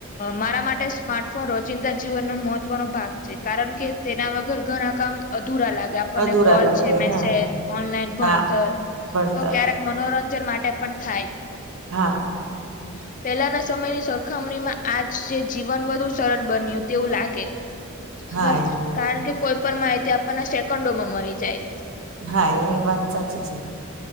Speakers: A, on the left; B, on the right.
A: મારા માટે સ્માર્ટફોન રોજિંદા જીવનનો મહત્વનો ભાગ છે કારણ કે તેના વગર ઘણા કામ અ લાગે આપને
B: અધુરા
A: કોલ
B: લાગે
A: છે મેસેજ,
B: હા
A: ઓનલાન ભણતર
B: હા ભણતર
A: તો ક્યારેક મનોરં જન માટે પણ થાય
B: હા
A: <inaudible> પહેલાના સમયની સરખામણીમાં આજ જે જીવન વધુ સરળ બન્યું તેવું લાગે
B: હા
A: બરાબર
B: એ
A: કારણ કે કોઈ પણ માહિતી આપણને સેકન્ડોમાં મળી જાય
B: હા એ વાત સાચી છે